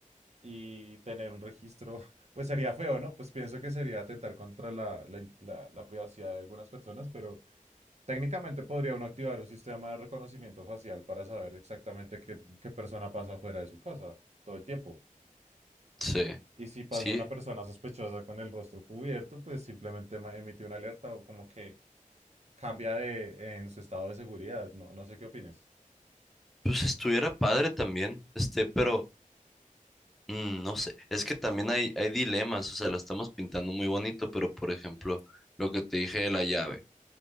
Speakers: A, on the right (about 50°); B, in the centre.
A: y tener un registro, <laughs> pues sería feo, ¿no? Pues pienso que sería atentar contra la, la in- la- la privacidad de algunas personas, pero técnicamente podría uno activar un sistema de reconocimiento facial para saber exactamente qué, qué persona pasa fuera de su casa todo el tiempo.
B: Sí,
A: Y si pasa
B: sí.
A: una persona sospechosa con el rostro cubierto, pues simplemente ma- emite una alerta o como que cambia de en su estado de seguridad. No, no sé qué opines.
B: Pues estuviera padre también, este, pero mm, no sé. Es que también hay, hay dilemas, o sea, lo estamos pintando muy bonito, pero por ejemplo, lo que te dije de la llave,